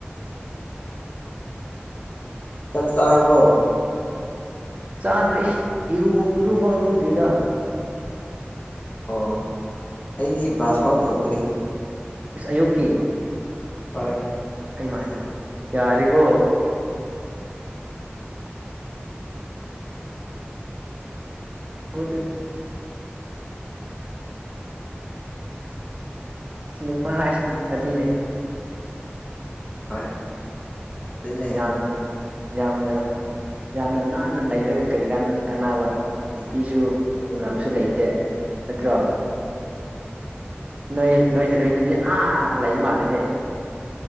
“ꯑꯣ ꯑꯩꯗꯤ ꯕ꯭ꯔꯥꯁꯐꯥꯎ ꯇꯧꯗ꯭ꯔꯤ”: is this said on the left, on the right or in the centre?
Left